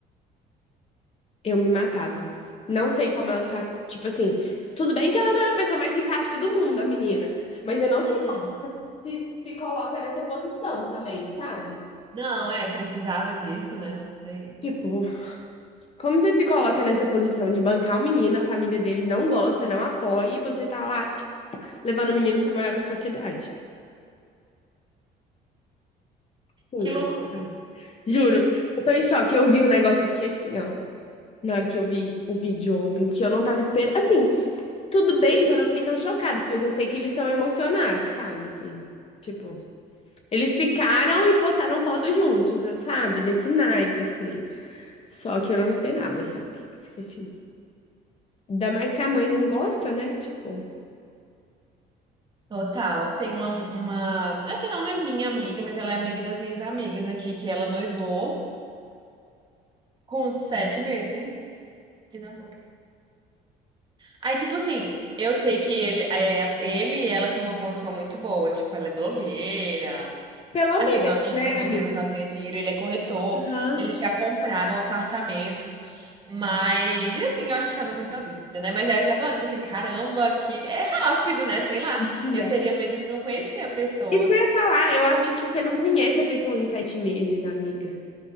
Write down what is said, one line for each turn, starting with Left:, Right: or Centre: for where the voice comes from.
Left: Eu me matava. Não sei como ela tá, tipo assim, tudo bem que ela não é a pessoa mais simpática do mundo, a menina, mas eu não sei
Right: Uhum.
Left: como se, se coloca nessa posição também, sabe?
Right: Não, é, precisava disso, né? Não sei.
Left: Tipo, como você se coloca nessa posição de bancar o menino, a família dele não gosta, não apoia, e você tá lá, tipo, levando o menino pra morar na sua cidade? Sim,
Right: Que
Left: é.
Right: loucura.
Left: verdade. Juro, eu tô em choque. Eu vi o negócio, eu fiquei assim, ó. na hora que eu vi o vídeo ontem, porque eu não tava esperando. Assim, tudo bem que eu não fiquei tão chocada, porque eu já sei que eles são emocionados, sabe? Assim, tipo, eles ficaram e postaram foto juntos, sabe? Desse naipe, assim. Só que eu não esperava, sabe? Eu fiquei assim. Ainda mais que a mãe não gosta, né? Tipo,
Right: Total. Tem uma, uma. Assim, ela não é minha amiga, mas ela é amiga das minhas amigas aqui, que ela noivou. Com sete meses de namoro. Aí, tipo assim, eu sei que ele, é, ele e ela tem uma condição muito boa. Tipo, ela é blogueira.
Left: pelo
Right: Assim,
Left: menos,
Right: não, não é
Left: né,
Right: só blogueira,
Left: amiga?
Right: mas ela ganha dinheiro. Ele é corretor.
Left: Aham.
Right: Eles já compraram um apartamento. Mas, e assim, eu acho que cada um tem sua vida, né? Mas aí eu já falando, tipo assim, caramba, que é rápido, né? Sei lá.
Left: Amiga,
Right: Eu teria medo de não conhecer a pessoa.
Left: Isso que eu ia falar, eu acho que você não conhece a pessoa em sete meses, amiga.